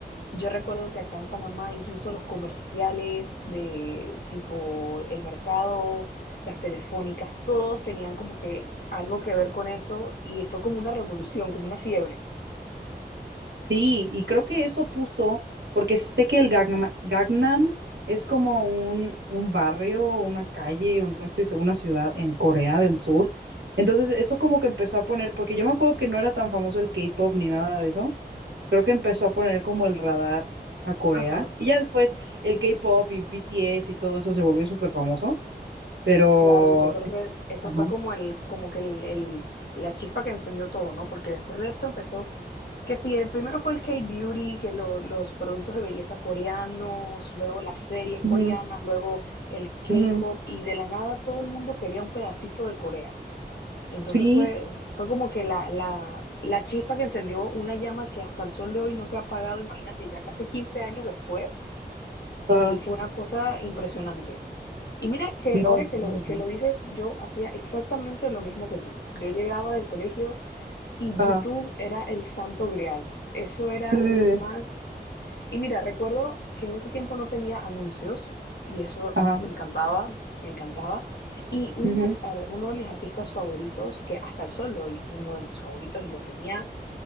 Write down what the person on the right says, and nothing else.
Sí, y creo que eso puso, porque sé que el Gangnam Gangnam es como un, un barrio, una calle, o no estoy segura, una ciudad en Corea del Sur. Entonces, eso como que empezó a poner, porque yo me acuerdo que no era tan famoso el K-pop ni nada de eso. Creo que empezó a poner como el radar a Corea.
Y ya después el K-pop y BTS y todo eso se volvió súper famoso. Pero,
es-
ajá.
Ujú,
ujú.
Sí,
ajá.
No,
bueno,
ajá.
Sí, sí,
sí.
Ajá.
Ujú.